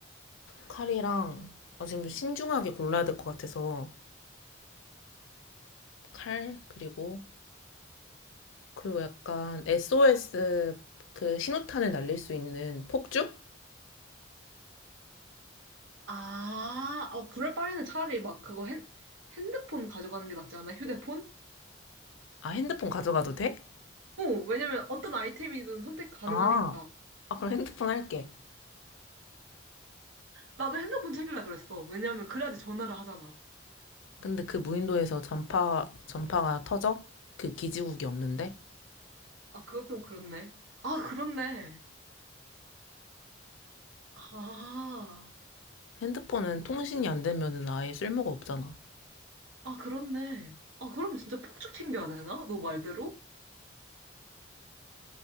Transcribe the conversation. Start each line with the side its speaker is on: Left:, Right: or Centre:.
Left: 칼이랑, 아, 지금 신중하게 골라야 될 것 같아서, 칼, 그리고 그리고 약간 SOS 그 신호탄을 날릴 수 있는 폭죽?
Right: 아, 어, 그럴 바에는 차라리 막 그거 핸, 핸드폰 가져가는 게 낫지 않아? 휴대폰?
Left: 아, 핸드폰 가져가도 돼?
Right: 어, 왜냐면 어떤 아이템이든 선택 가능하니까.
Left: 아, 아, 그럼 핸드폰 할게.
Right: 나도 핸드폰 챙길라 그랬어. 왜냐면 그래야지 전화를 하잖아.
Left: 근데 그 무인도에서 전파, 전파가 터져? 그 기지국이 없는데?
Right: 아, 그것도 그렇네. 아, 그렇네. 아,
Left: 핸드폰은 통신이 안 되면은 아예 쓸모가 없잖아.
Right: 아, 그렇네. 아, 그럼 진짜 폭죽 챙겨야 되나? 너 말대로?